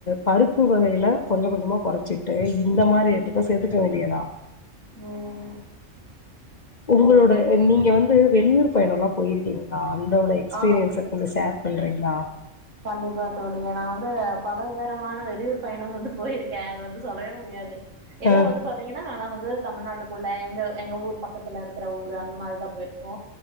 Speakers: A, on the left; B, on the right.
A: பருப்பு வகையில கொஞ்ச கொஞ்சமா கொறச்சிட்டே இந்த மாரி ஐட்டத்தை
B: ம்
A: சேர்த்துக்க வேண்டியதா
B: ம்
A: உங்குளோட
B: சேரிங்க தோழி
A: நீங்க வந்து வெளியூர் பயணல்லா போய்ருக்கிங்ளா அந்த ஒரு எக்ஸ்பீரியன்ச
B: ஆ
A: கொஞ்ச ஷேர் பண்ற ளா
B: கண்டிப்பா தோழி நா வந்து பல நேரமான வெளியூர் பயணம் வந்து போயிருக்கே அதை வந்து சொல்லவே முடியாது எல்லா
A: ஆ
B: வந்து பாத்தீங்கன்னா நா வந் து தமிழ்நாட்டுக்குள்ள எங்க எங்க ஊர் பக்கத்துல இருக்கிற ஊர அந்த மாரி தா போயிரு கோ